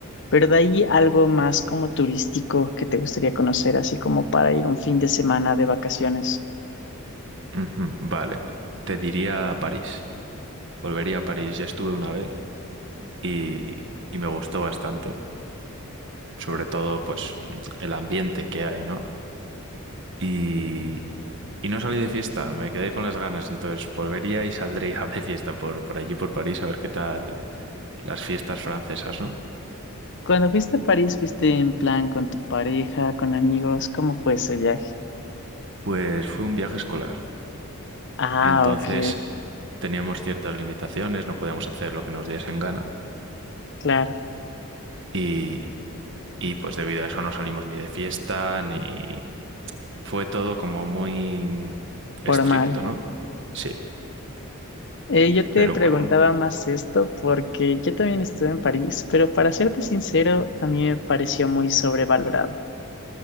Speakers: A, on the left; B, on the right.
A: Pero de ahí algo más como turístico que te gustaría conocer, así como para ir un fin de semana de vacaciones.
B: Ujú. Vale, te diría París. Volvería a París, ya estuve una vez y, y me gustó bastante, sobre todo pues el ambiente que hay, ¿no? y Y no salí de fiesta, me quedé con las ganas, entonces volvería y saldría <laughs> de fiesta por, por allí, por París, a ver qué tal las fiestas francesas, ¿no?
A: Cuando fuiste a París, ¿fuiste en plan con tu pareja, con amigos? ¿Cómo fue ese viaje?
B: Pues fue un viaje escolar,
A: Ah,
B: entonces
A: ok,
B: teníamos ciertas limitaciones, no podíamos hacer lo que nos diesen gana
A: claro,
B: y, y pues debido a eso no salimos ni de fiesta, ni... Fue todo como muy estricto,
A: formal.
B: ¿no? Sí,
A: Eh, yo te
B: pero
A: preguntaba
B: bueno,
A: más esto porque yo también estuve en París, pero para serte sincero, a mí me pareció muy sobrevalorado.